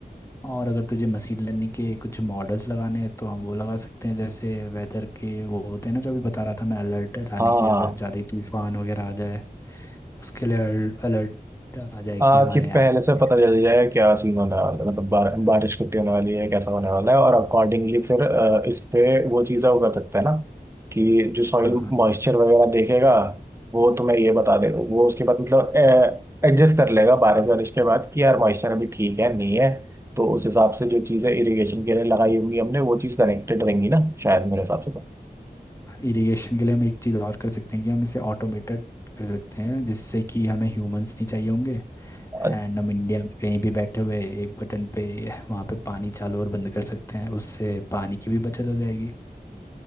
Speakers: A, on the left; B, on the right.
A: और अगर तुझे मशीन लर्निंग के कुछ मॉडल्स लगाने हैं तो हम वो लगा सकते हैं जैसे वेदर के वो होते हैं ना जो अभी बता रहा था मैं अलर्ट लाने
B: हाँ
A: के लिए
B: हाँ
A: अगर ज़्यादा ही तूफान वगैरह आ जाए उसके लिए अलर्ट आ जाए
B: आ,
A: कि हमारे
B: कि पहले
A: ऐप
B: से
A: पे
B: पता चल जाए क्या सीन होने वाला है मतलब बार,
A: हम्म,
B: बारिश कितनी होने वाली है कैसा होने वाला है और अकॉर्डिंगली फिर अ, इस पे वो चीज़ें वो कर सकते हैं ना कि जो सॉइल
A: हाँ
B: मॉइस्चर वगैरह देखेगा वो तुम्हें ये बता देगा वो उसके बाद मतलब एडजस्ट कर लेगा बारिश वारिश के बाद कि यार मॉइस्चर अभी ठीक है नहीं है तो उस हिसाब से जो चीज़ें इरिगेशन के लिए लगाई होंगी हमने वो चीज़ कनेक्टेड रहेंगी ना शायद मेरे हिसाब से
A: इरिगेशन के लिए हम एक चीज़ और कर सकते हैं कि हम इसे ऑटोमेटेड कर सकते हैं जिससे कि हमें ह्यूमंस नहीं चाहिए होंगे
B: तो
A: एंड हम इंडिया में कहीं भी बैठे हुए एक बटन पे वहाँ पे पानी चालू और बंद कर सकते हैं उससे पानी की भी बचत हो जाएगी